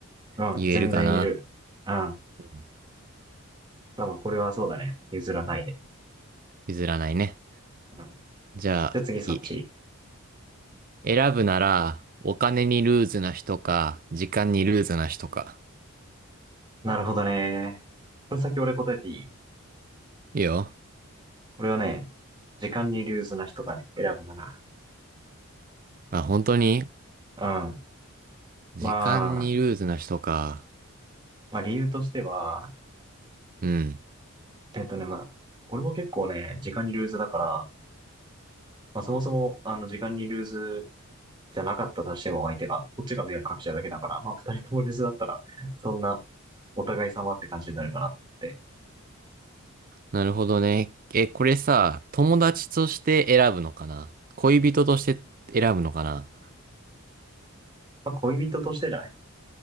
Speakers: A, on the right; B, on the right.
A: うん、
B: 言えるかな。
A: 全然言える。うん。
B: うん
A: でもこれはそうだね。譲らないで。
B: 譲らないね。
A: うん。
B: じゃあ、
A: じゃあ次そっち。
B: 次。選ぶなら、お金にルーズな人か、時間にルーズな人か。
A: なるほどね。これ先俺答えていい
B: いいよ。
A: 俺はね、時間にルーズな人がね、選ぶなら。
B: あ、本当に
A: うん。
B: 時間にルーズな人か。
A: まあ、まあ理由としては、
B: うん。
A: えっとね、まあ、俺も結構ね、時間にルーズだから、まあ、そもそも、あの、時間にルーズじゃなかったとしても相手が、こっちが迷惑かけちゃうだけだから、まあ、二人ともルーズだったら、そんな、お互い様って感じになるかなと思って。
B: なるほどね。え、これさ、友達として選ぶのかな恋人として選ぶのかな
A: まあ、恋人としてじゃない